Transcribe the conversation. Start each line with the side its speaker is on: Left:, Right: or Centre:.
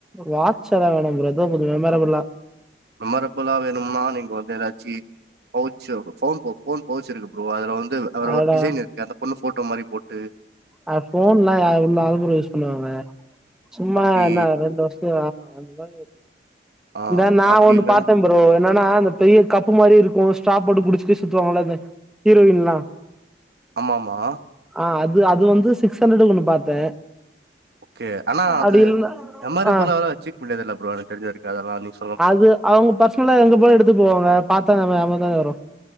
Centre: வாட்ச் எல்லா வேணா ப்ரோ எதோ கொஞ்சோ மெமரபுல்லா
Right: மெமரபுல்லா வேணும்னா நீங்க வந்து ஏதாச்சு பவுச் ஃபோன் ஃபோன் பவுச் இருக்கு ப்ரோ அதுல வந்து ஒரு
Centre: அடடா
Right: டிசைன் இருக்கு அந்த பொண்ணு போட்டோ மாரி போட்டு
Centre: அ ஃபோன்லா யா எவ்ளோ நாள் ப்ரோ யூஸ் பண்ணுவாங்க சும்மா
Right: அப்டி
Centre: என்ன ரெண்டு வருஷ க்கா
Right: ஆ
Centre: இந்த நா
Right: அப்டி
Centre: ஒன்னு
Right: இல்லன்னா
Centre: பாத்தே ப்ரோ என்னன்னா அந்த பெரிய கப்பு மாரி இருக்கு ஸ்ட்ரா போட்டு குடிச்சுட்டே சுத்துவாங்கல்ல அத ஹீரோயின்லா
Right: ஆமாமா
Centre: ஆ அது அது வந்து சிக்ஸ் ஹண்ட்ரடக்கு ஒன்னு பாத்தே
Right: ஓகே ஆனா அது
Centre: அப்டி இல்ல
Right: மெமரபில்லாலா
Centre: ஆ
Right: வச்சிக்க முடியாதுல்ல ப்ரோ எனக்கு தெரிஞ்ச வரைக்கு அதெல்லா நீங்
Centre: அது அவங்க பர்சனலா எங்க போனாலு எடுத்து போவாங்க பாத்தா நம்ம ஞாபகந்தானே வரு